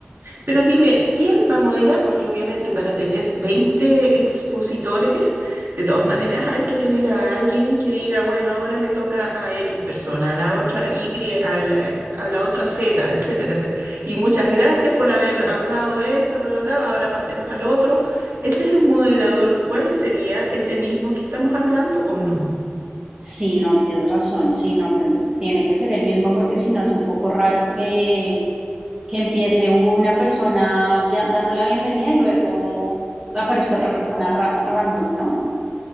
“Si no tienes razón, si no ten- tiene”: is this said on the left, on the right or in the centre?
Right